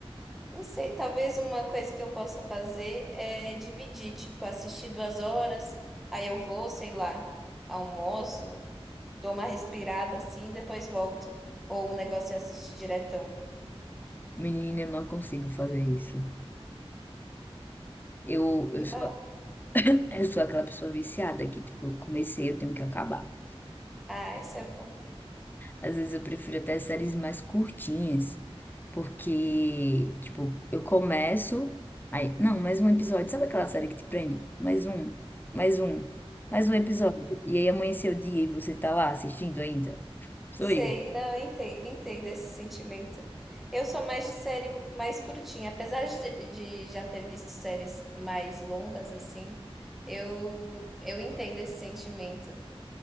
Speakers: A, in the centre; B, on the left.
A: não sei, talvez uma coisa que eu possa fazer é dividir, tipo, assistir duas horas, aí eu vou, sei lá, almoço, dou uma respirada assim, e depois volto. Ou o negócio é assistir diretão.
B: Menina, eu não consigo fazer isso. Eu, eu
A: Não.
B: sou, eu sou aquela pessoa viciada que, tipo, eu comecei, eu tenho que acabar.
A: Ah, isso é bom.
B: Às vezes eu prefiro até séries mais curtinhas, porque, tipo, eu começo, aí, não, mais um episódio. Sabe aquela série que te prende? Mais um, mais um, mais um episódio. E aí amanheceu o dia e você tá lá assistindo ainda? Sou
A: Sei,
B: eu,
A: não, eu enten- entendo, esse sentimento. Eu sou mais de série mais curtinha, apesar de, de já ter visto séries mais longas assim, eu eu entendo esse sentimento,